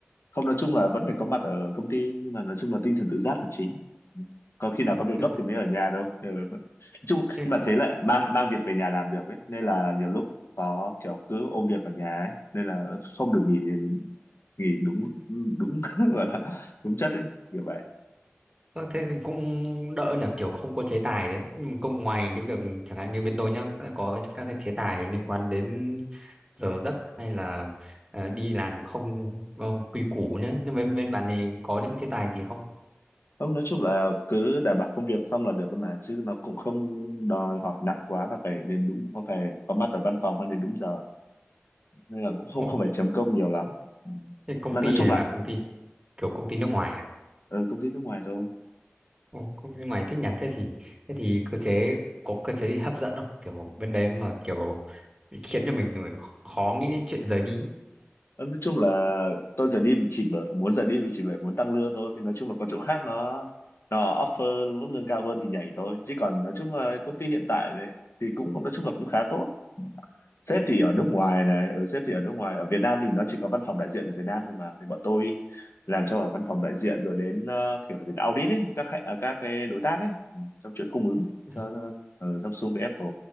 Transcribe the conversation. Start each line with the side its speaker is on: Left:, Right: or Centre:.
Left: không nói chung là vẫn phải có mặt ở công ty nhưng mà nói chung là tinh thần tự giác là chính có khi nào
Right: Ừ,
Left: có việc
Right: thế
Left: gấp
Right: cũng
Left: thì mới ở nhà đâu ừ. nói chung nhưng
Right: thế
Left: mà thế lại mang mang việc về nhà làm được ấy nên là nhiều lúc có kiểu cứ ôm việc ở nhà ấy nên là không được nghỉ nghỉ đúng đúng <laughs> gọi là đúng chất ấy kiểu vậy
Right: ờ, thế thì cũng đỡ nhỉ kiểu không có chế tài đấy nhưng mà công ngoài cái việc chẳng hạn như bên tôi nhá có các cái chế tài liên quan đến giờ giấc hay là ờ, đi làm không ờ, quy củ nhé nhưng mà bên, bên bạn thì có những chế tài gì không
Left: không nói chung là cứ đảm bảo công việc xong là được thôi mà chứ nó cũng không đòi hỏi nặng quá là phải đến đúng không phải có mặt ở văn phòng hay đến đúng giờ nên là cũng không
Right: Ồ,
Left: không phải chấm công nhiều lắm Ừ.
Right: Thế công
Left: mà
Right: ty
Left: nói chung
Right: này
Left: là
Right: là công ty kiểu công ty nước ngoài à?
Left: ở công ty nước ngoài thôi
Right: Ồ, công ty nước ngoài thích nhỉ? Thế thì thế thì cơ chế có cơ chế gì hấp dẫn không? Kiểu bên đấy mà kiểu khiến cho mình khó nghĩ đến chuyện rời đi.
Left: Ờ, nói chung là tôi giờ đi vì chỉ bởi muốn giờ đi vì chỉ bởi muốn tăng lương thôi Vì nói chung là có chỗ khác nó nó offer mức lương cao hơn thì nhảy thôi chứ còn nói chung là công ty hiện tại đấy thì cũng nói chung là cũng khá tốt sếp thì ở nước
Right: ấy.
Left: ngoài này ừ, sếp thì ở nước ngoài ở Việt Nam thì nó chỉ có văn phòng đại diện ở Việt Nam thôi mà thì bọn tôi làm cho ở văn phòng đại diện rồi đến ờ, kiểu là đến audit ấy các khách, ờ, các cái đối tác ấy ừ, trong chuỗi cung ứng
Right: Ừ.
Left: cho ờ, Samsung với Apple